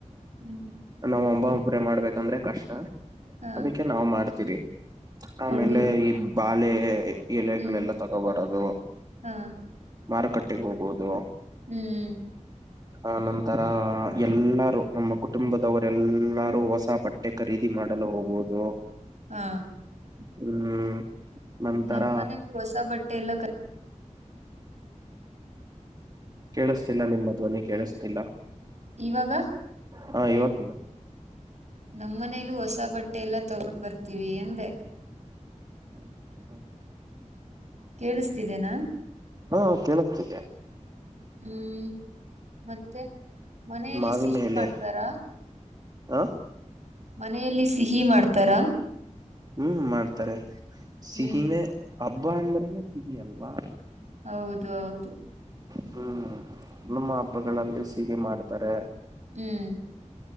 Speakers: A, on the right (about 60°); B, on the right (about 30°).
A: <inaudible>
B: ನಮ್ಮ ಅಮ್ಮ ಒಬ್ಬರೇ ಮಾಡ್ಬೇಕಂದ್ರೆ ಕಷ್ಟ
A: ಹಾ
B: ಅದಕ್ಕೆ ನಾವ್ ಮಾಡ್ತೀವಿ. ಆಮೇಲೆ
A: ಒಳ್ಳ
B: ಈ ಬಾಳೆ ಎಲೆಗಳೆಲ್ಲ
A: ಹ್ಮ್
B: ತಗೋಬರದು.
A: ಹಾ
B: ಮಾರುಕಟ್ಟೆಗೆ ಹೋಗುವುದು,
A: ಹ್ಮ್
B: ಆ ನಂತರ ಎಲ್ಲಾರು ನಮ್ಮ ಕುಟುಂಬದವರೆಲ್ಲರೂ ಹೊಸ ಬ <unintelligible> ಖರೀದಿ ಮಾಡಲು ಹೋಗೋದು.
A: ಹಾ
B: ಹ್ಮ್ ನಂತರ
A: ನಮ್ಮನೆಲಿ ಹೊಸ ಬಟ್ಟೆ ಎಲ್ಲ ಕ
B: ಕೇಳಿಸ್ತಿಲ್ಲ ನಿಮ್ಮ ಧ್ವನಿ ಕೇಳಿಸ್ತಿಲ್ಲ.
A: ಇವಾಗ
B: ಹಾ ಇವಗಕೇ <unintelligible>
A: ನಮ್ಮ್ ಮನೇಲ್ಲೂ ಹೊಸ ಬಟ್ಟೆ ಎಲ್ಲಾ ತಗೊಂಡ್ ಬರ್ತೀವಿ ಎಂದೆ.
B: <inaudible>
A: ಕೇಳಿಸ್ತಿದೆೇನಾ.
B: ಹೂ ಕೇಳಿಸ್ತಿದೆ
A: ಹ್ಮ್ ಮತ್ತೆ ಮನೆಯಲ್ಲಿ
B: ಮಾವಿನ
A: ಸಿಹಿ
B: ಎಲೆ
A: ಮಾಡ್ತಾರಾ.
B: ಹ
A: ಮನೆಯಲ್ಲಿ ಸಿಹಿ ಮಾಡ್ತಾರಾ
B: ಹ್ಮ್ ಮಾಡ್ತಾರೆ ಸಿಹಿನೇ
A: ಹ್ಮ್
B: ಹಬ್ಬ ಅಂದ್ರನೆ ಸಿಹಿ ಅಲ್ವಾ.
A: ಹೌದು ಹೌದು
B: ಹ್ಮ್ ನಮ್ಮ ಹಬ್ಬಗಳಲ್ಲಿ ಸೀಹಿ ಮಾಡ್ತಾರೆ.
A: ಹ್ಮ್